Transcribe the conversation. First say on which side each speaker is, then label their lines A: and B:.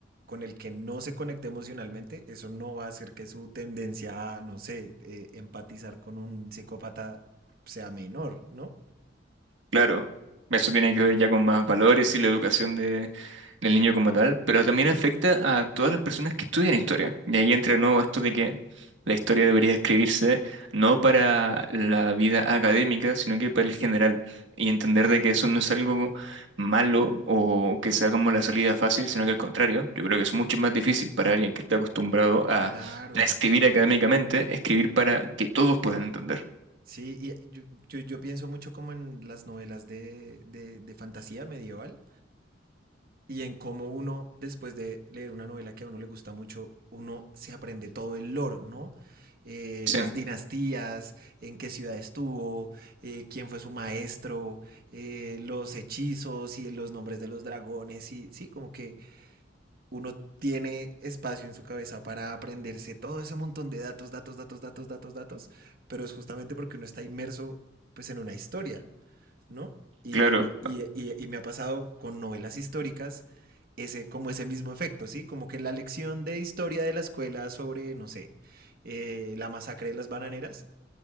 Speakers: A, on the right; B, on the right.
A: con el que no se conecte emocionalmente, eso no va a hacer que su tendencia a, no sé, eh, empatizar con un psicópata sea menor, ¿no?
B: Claro, eso tiene que ver ya con más valores y la educación de, del niño como tal, pero también afecta a todas las personas que estudian historia. Y ahí entra de nuevo esto de que la historia debería escribirse no para la vida académica, sino que para el general. Y entender de que eso no es algo malo o que sea como la salida fácil, sino que al contrario, yo creo que es mucho más difícil para alguien que está acostumbrado a
A: Claro.
B: a escribir académicamente, escribir para que todos puedan entender.
A: Sí, y yo, yo, yo pienso mucho como en las novelas de, de, de fantasía medieval, y en cómo uno, después de leer una novela que a uno le gusta mucho, uno se aprende todo el lore, ¿no? Eh,
B: Sí,
A: las dinastías, en qué ciudad estuvo, eh, quién fue su maestro, eh, los hechizos y los nombres de los dragones, y sí, como que uno tiene espacio en su cabeza para aprenderse todo ese montón de datos, datos, datos, datos, datos, datos, pero es justamente porque uno está inmerso pues en una historia, ¿no? Y,
B: claro,
A: y- y- y me ha pasado con novelas históricas ese, como ese mismo efecto, ¿sí? Como que la lección de historia de la escuela sobre, no sé, eh, la masacre de las bananeras